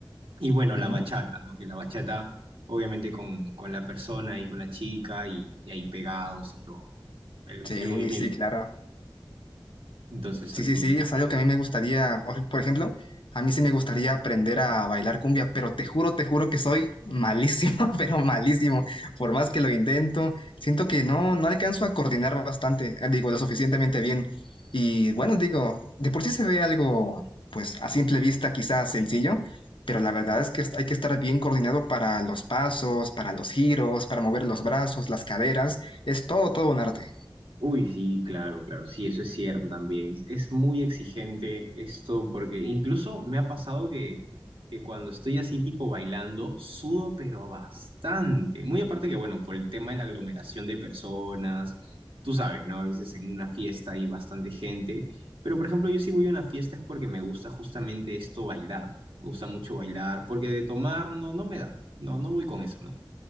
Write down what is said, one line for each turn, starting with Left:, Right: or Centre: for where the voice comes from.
Right: Y bueno,
Left: Ujú.
Right: la bachata, ¿no? Que la bachata, obviamente, con, con la persona y con la chica y, y ahí pegados y todo, ¿no? El,
Left: Sí,
Right: el movimiento.
Left: sí, claro.
Right: Entonces,
Left: Sí,
Right: así
Left: sí, sí, es algo que a mí me gustaría, o- por ejemplo, a mí sí me gustaría aprender a bailar cumbia, pero te juro, te juro que soy malísimo, <laughs> pero malísimo. Por más que lo intento, siento que no, no alcanzo a coordinar bastante, eh, digo, lo suficientemente bien. Y bueno, digo, de por sí se ve algo, pues a simple vista quizás sencillo, pero la verdad es que hay que estar bien coordinado para los pasos, para los giros, para mover los brazos, las caderas, es todo, todo un arte.
Right: Uy, sí, claro, claro, sí, eso es cierto también. Es muy exigente esto porque incluso me ha pasado que, que cuando estoy así tipo bailando, sudo pero bastante. Muy aparte que, bueno, por el tema de la aglomeración de personas, tú sabes, ¿no? A veces en una fiesta hay bastante gente, pero por ejemplo yo si voy a una fiesta es porque me gusta justamente esto bailar. pues. Me gusta mucho bailar porque de tomar no, no me da, no, no voy con eso, ¿no?